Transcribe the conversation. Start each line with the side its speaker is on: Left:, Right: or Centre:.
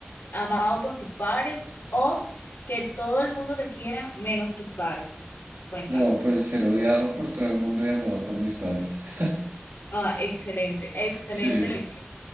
Left: amado por tus padres? ¿O que todo el mundo te quiera menos tus padres? Cuéntame.
Right: No, pues ser odiado por todo el mundo y amado por mis padres. <laughs>
Left: Ah, excelente, excelente
Right: Sí.
Left: elección.